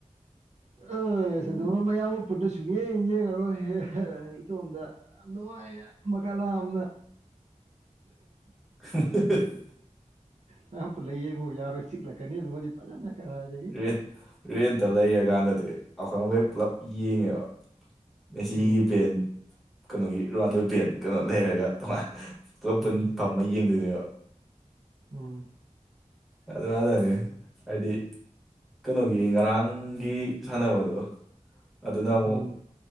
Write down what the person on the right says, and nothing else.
ꯑꯦꯁ
ꯑꯗꯨꯃ ꯃꯌꯥꯝꯒ ꯄꯨꯟꯅ ꯁꯨꯛ ꯌꯦꯡ ꯌꯦꯡꯉꯔꯣꯏ ꯏꯇꯣꯝꯗ ꯌꯥꯝ ꯅꯨꯡꯉꯥꯏꯅ ꯃꯀꯥ ꯂꯥꯝꯅ
ꯀꯅꯥꯝ ꯄꯨꯜꯂ ꯌꯦꯡꯉꯨ ꯌꯥꯔꯣꯏ ꯆꯤꯛꯂꯛꯀꯅꯤ ꯑꯗꯨꯃꯗꯤ ꯐꯖꯅ ꯀꯔꯥꯏꯗꯒꯤ
ꯎꯝ
ꯎꯝ
ꯎꯝ
ꯎꯝ